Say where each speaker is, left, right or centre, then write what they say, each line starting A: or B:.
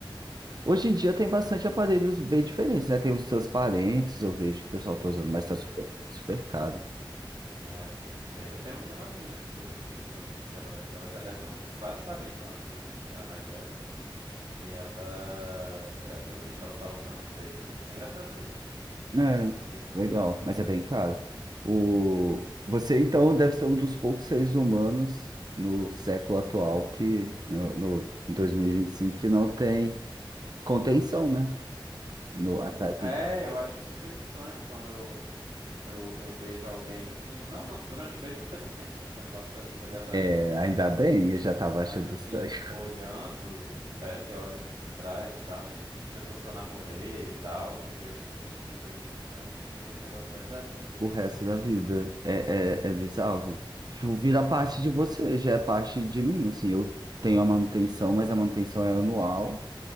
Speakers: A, on the right; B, on the right.
A: Hoje em dia tem bastante aparelhos bem diferentes, né? Tem os transparentes, eu vejo que o pessoal tá usando, mas tá
B: Uhum.
A: super, tá super caro.
B: Ah, eu não, não sei. Eu tenho, tenho uma menina que estudou comigo que eu vi que ela, ela já deve ter uns quase 40 anos, assim, ela é mais velha. E ela, ela- eu vi que ela tá usando um desses, assim, que nem dá pra ver.
A: É,
B: Você sorri, assim,
A: legal, mas é bem caro. O... Você, então, deve ser um dos poucos seres humanos no século atual, que no, no em 2025 que não tem contenção, né? No,
B: Uhum.
A: atrás
B: É,
A: do...
B: eu acho super estranho quando eu, eu, eu beijo alguém assim. Não, não, durante o beijo você não sente, né? Que você não bota sua língua ali atrás
A: é,
B: do dente da
A: ainda
B: pessoa.
A: bem, eu já estava
B: Mas
A: achando
B: assim,
A: estranho. <laughs>
B: olhando, é, você olha assim por trás e tal, né? Tipo, pessoas que eu namorei e tal. E eu fico, gente, que coisa estranha. Você fica com esse negócio o resto da vida,
A: O
B: né?
A: resto da vida é, é, é bizarro. Tipo,
B: É muito
A: vira
B: estranho.
A: parte de você, já é parte de mim, assim. Eu tenho a manutenção, mas a manutenção é anual,